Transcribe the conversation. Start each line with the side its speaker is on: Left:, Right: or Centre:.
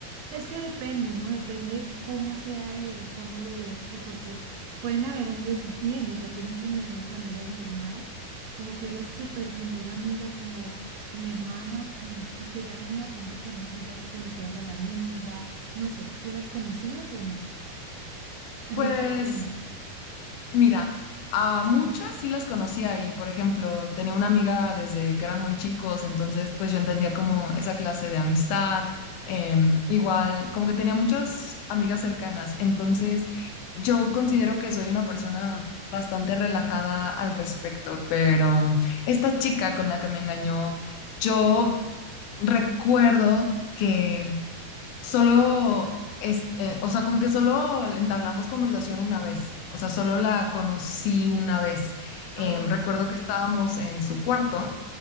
Right: es que depende, ¿no? Depende cómo sea él, cómo lo veas tú, porque pueden haber hombres bien, o sea, tienen sus mejores amigas normal, como que ella es súper mejor amiga, como mi hermana, y, y que ya venía de pronto con eso y ya tú conocías a la amiga, no sé, ¿tú las conocías o no? <laughs> Ahí
Left: Pues
Right: va la pregunta.
Left: Mira, a muchas sí las conocía y, por ejemplo, tenía una amiga desde que eran muy chicos, entonces pues yo entendía
Right: Mm.
Left: como esa clase de amistad, em, igual, como que tenía muchas amigas cercanas, entonces
Right: Sí.
Left: yo considero que soy una persona bastante relajada al respecto, pero esta chica con la que me engañó, yo recuerdo... que Solo, es, eh, o sea, como que solo entablamos conversación una vez, o sea, solo la conocí una vez. Em,
Right: Ah,
Left: recuerdo
Right: ok,
Left: que estábamos en su cuarto